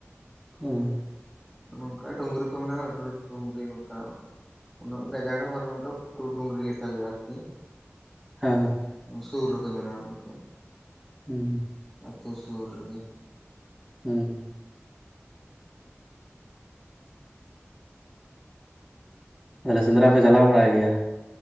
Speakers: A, on the right; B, in the centre.
A: ᱚ
B: ᱱᱚᱝᱠᱟ ᱰᱩᱝᱨᱤ ᱠᱚ ᱢᱮᱱᱟᱜᱼᱟ ᱞᱟᱹᱴᱩ ᱞᱟᱹᱴᱩ ᱰᱩᱝᱨᱤ ᱱᱚᱝᱠᱟ᱾ ᱩᱱᱟᱹᱜ ᱜᱟᱡᱟᱲ ᱦᱚᱸ ᱵᱟᱱᱩᱜ-ᱟ ᱚᱱᱠᱟ ᱯᱩᱴᱩᱨ ᱰᱩᱜᱨᱤ ᱞᱮᱠᱟ ᱜᱮ ᱟᱨᱠᱤ᱾
A: ᱦᱮᱸ ᱦᱮᱸ
B: ᱥᱩᱨ ᱨᱮᱜᱮ ᱢᱮᱱᱟᱜᱼᱟ ᱚᱱᱠᱟ᱾
A: ᱦᱩᱸ
B: ᱟᱛᱳ ᱥᱩᱨ ᱨᱮᱜᱮ᱾
A: ᱦᱩᱸ ᱛᱟᱦᱚᱞᱮ ᱥᱮᱸᱫᱽᱨᱟ ᱯᱮ ᱪᱟᱞᱟᱣ ᱵᱟᱲᱟᱭ ᱜᱮᱭᱟ?